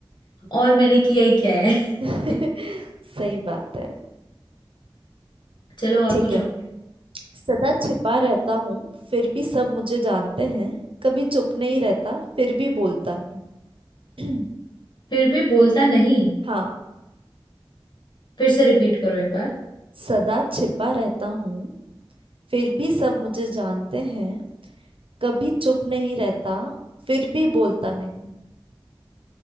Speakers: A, on the left; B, on the right.
A: और मैंने किया ही क्या है
B: <laughs>
A: <laughs>
B: सही बात है
A: चलो और
B: ठीक
A: पूछो
B: है सदा छिपा रहता हूँ फिर भी सब मुझे जानते हैं कभी चुप नहीं रहता फिर भी बोलता नहीं
A: फिर भी बोलता नहीं
B: <clears throat> हाँ
A: फिर से रिपीट करो एक बार
B: सदा छिपा रहता हूँ फिर भी सब मुझे जानते हैं कभी चुप नहीं रहता फिर भी बोलता नहीं